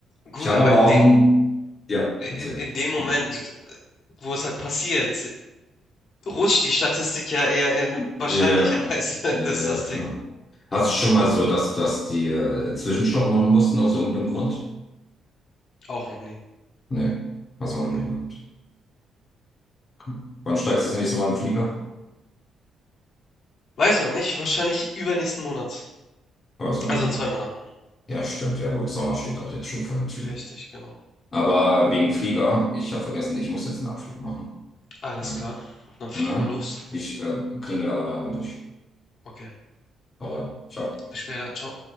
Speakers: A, on the left (about 65°); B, on the left (about 30°).
A: Gut,
B: Ich habe
A: aber
B: aber
A: in
B: auch
A: dem,
B: ein. Ja, erzähl.
A: in, in dem Moment,
B: Hm.
A: wo es halt passiert, rutscht die Statistik ja eher in
B: Ja,
A: wahrscheinlicherweise.
B: ja, klar.
A: <laughs>
B: Ja, ja,
A: Das ist das
B: klar.
A: Ding.
B: Hast du schon mal so, dass, dass die äh, Zwischenstopp machen mussten aus irgendeinem Grund?
A: Auch noch nie.
B: Nee, hast du auch noch
A: Nee.
B: nie gehabt. Okay. Wann steigst du das nächste Mal in den Flieger?
A: Weiß ich noch nicht. Wahrscheinlich übernächsten Monat.
B: Oh, ist auch nicht
A: Also
B: mehr
A: in
B: lang.
A: zwei Monaten.
B: Ja, stimmt. Ja gut, Sommer steht auch jetzt schon vor der Tür.
A: Richtig, genau.
B: Aber wegen Flieger, ich habe vergessen, ich muss jetzt einen Abflug machen.
A: Alles
B: Weil,
A: klar. Dann flieg
B: ne?
A: mal los.
B: Ich äh, klingel aber nachher mal durch.
A: Okay.
B: Hau rein. Ciao.
A: Bis später. Ciao.